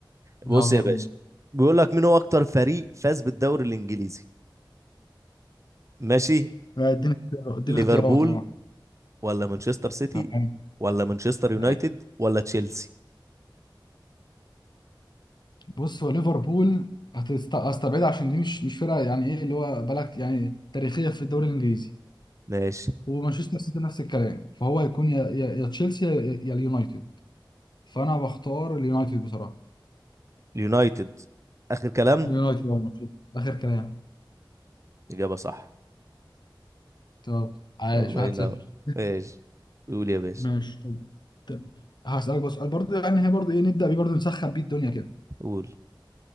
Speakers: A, on the left; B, on the right.
A: يلا
B: بص يا باشا
A: بينا
B: بيقول لك مين هو اكتر فريق فاز بالدوري الانجليزي ماشي
A: آه، اديني اختيار- اديني
B: ليفربول
A: اختيارات اه
B: ولا مانشستر سيتي
A: تمام
B: ولا مانشستر يونايتد
A: ماشي.
B: ولا تشيلسي
A: بص هو ليفربول هتست- هستبعدها عشان دي مش مش فرقه يعني ايه اللي هو بلد يعني تاريخيه في الدوري الانجليزي
B: ماشي
A: ومانشستر سيتي نفس الكلام فهو هيكون يا يا يا تشيلسي يا يا- يا اليونايتد فانا بختار اليونايتد بصراحه
B: اليونايتد آخر كلام
A: يونايتد هو المفروض اخر كلام
B: إجابة صح
A: تمام عايش
B: الله
A: واحد
B: ينور
A: صفر
B: ماشي قول يا باشا
A: ماشي طب طب هسألك بس سؤال برضه يعني هي برضه ايه نبدأ بيه برضه نسخن بيه الدنيا كده
B: قول